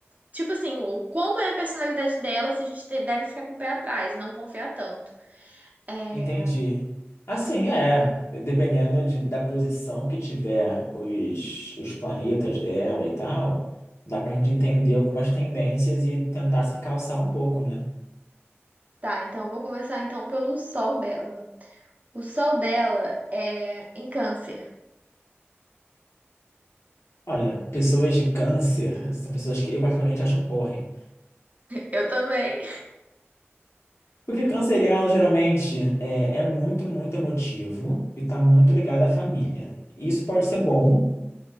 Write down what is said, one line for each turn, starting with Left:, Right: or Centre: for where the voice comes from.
Right: Tipo assim, o- como é a personalidade dela, se a gente te- deve ficar com o pé atrás, e não confiar tanto. É,
Left: entendi. Assim, é, dependendo de- da posição que tiver os, os planetas dela e tal, dá pra gente entender algumas tendências e tentar se calçar um pouco, né?
Right: tá, então eu vou começar então pelo sol dela. O sol dela é em câncer.
Left: Olha, pessoas de câncer são pessoas que eu particularmente acho um porre.
Right: Eu também.
Left: Porque canceriano geralmente é, é muito, muito emotivo e tá muito ligado à família. E Isso pode ser bom,